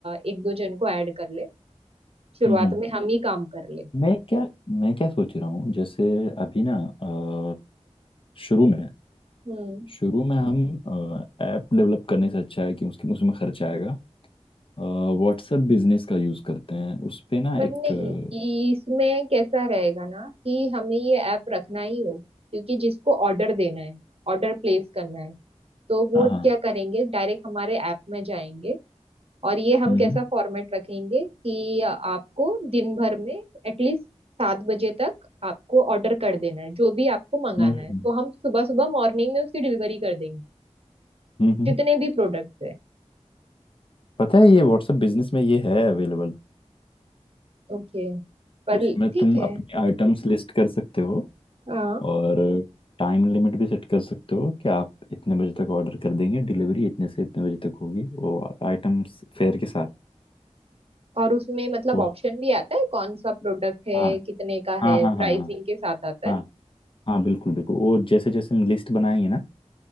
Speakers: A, on the right; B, on the left.
A: एक दो जन को ऐड कर ले शुरुआत
B: हम्म हम्म।
A: में हम ही काम कर ले
B: मैं क्या मैं क्या सोच रहा हूँ जैसे अभी ना अ, शुरू में
A: हम्म
B: शुरू में हम ऐप डेवलप करने से अच्छा है कि उसके उसमें खर्च आएगा व्हाट्सएप बिजनेस का यूज़ करते हैं उस पे ना
A: पर
B: एक
A: नहीं इ-
B: अ,
A: इसमें कैसा रहेगा ना कि हमें ये ऐप रखना ही होगा क्योंकि जिसको ऑर्डर देना है ऑर्डर प्लेस करना है तो वो
B: हाँ हाँ
A: क्या करेंगे डायरेक्ट हमारे ऐप में जाएंगे और ये हम
B: हम्म
A: कैसा फॉर्मेट रखेंगे कि आपको दिन भर में एटलीस्ट सात बजे तक आपको ऑर्डर कर देना है जो भी आपको मंगाना
B: हम्म हम्म
A: है तो हम सुबह सुबह मॉर्निंग में उसकी डिलीवरी कर देंगे
B: हम्म, हम्म।
A: जितने भी प्रोडक्ट्स हैं
B: पता है ये व्हाट्सएप बिजनेस में ये है अवेलेबल
A: ओके पर
B: उसमें
A: ठीक
B: तुम
A: है
B: अपनी आइटम्स लिस्ट कर सकते हो
A: हाँ
B: और टाइम लिमिट भी सेट कर सकते हो कि आप इतने बजे तक ऑर्डर कर देंगे डिलीवरी इतने से इतने बजे तक होगी वो आइटम्स फेयर के साथ
A: और उसमें मतलब
B: तो
A: ऑप्शन भी आता है कौन सा प्रोडक्ट है
B: हाँ
A: कितने का
B: हाँ
A: है
B: हाँ हाँ
A: प्राइसिंग
B: हाँ
A: के साथ आता है
B: हाँ हाँ बिल्कुल बिल्कुल वो जैसे जैसे हम लिस्ट बनाएंगे ना